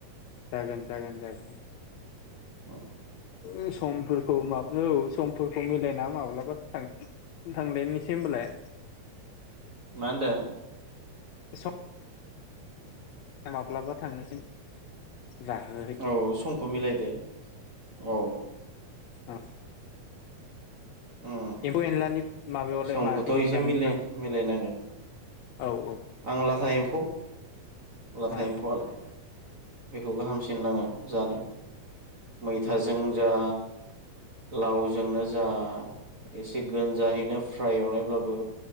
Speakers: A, on the left; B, on the right.
A: जागोन जागोन जागोन।
B: अ।
A: ओ समफोरखौ मा औ समफोरखौ मिलायना माब्लाबा थांदिनोसै होनबालाय।
B: मा होनदो?
A: सम माब्लाबा थांनोसै जाहोहैनो
B: औ समखौ मिलायदो औ।
A: औ।
B: उम
A: एम्फौ एनलानि माबायावलाय
B: समखौथ'
A: मादिखौ
B: एसे
A: जानो
B: मिलाय
A: मोजां मोनो?
B: मिलायनांगोन
A: औ औ
B: आं लाथा एम्फौ लाथा
A: ओ
B: एम्फौआलाय बेखौ गाहामसिन नाङो जानो। मैथाजों जा लावजोंनो जा एसे गोनजाहैनो फ्राय एवनायब्लाबो